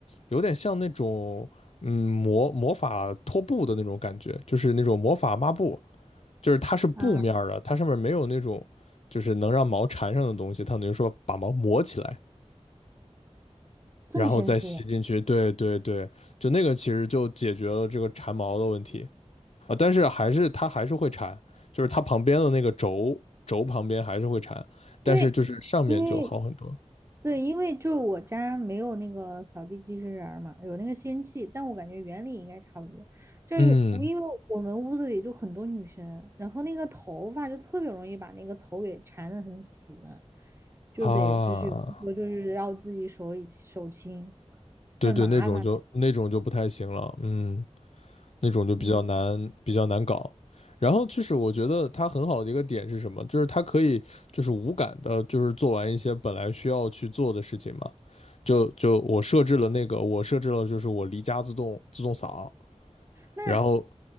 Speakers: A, on the left; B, on the right.
A: 有点像那种嗯魔魔法拖布的那种感觉，就是那种魔法抹布，就是它是布面儿的，
B: 啊，
A: 它上面没有那种就是能让毛缠上的东西，它等于说把毛磨起来，
B: 这么神奇。
A: 然后再吸进去。对对对，就那个其实就解决了这个缠毛的问题啊，但是还是它还是会缠，就是它旁边的那个轴轴旁边还是会缠，但是就是上面就好很多。
B: 因为因为对，因为就是我家没有那个扫地机器人儿嘛，有那个吸尘器，但我感觉原理应该差不多。就是有因为我们屋子里就很多女生，
A: 嗯
B: 然后那个头发就特别容易把那个头给缠得很死，就得就是有的时候就是要自己手里手轻，
A: 啊，对对，
B: 就很麻烦。
A: 那种就那种就不太行了，嗯，那种就比较难比较难搞。
B: 嗯。
A: 然后就是我觉得它很好的一个点是什么？就是它可以就是无感的，就是做完一些本来需要去做的事情嘛。就就我设置了那个，我设置了就是我离家自动自动扫，
B: 那
A: 然后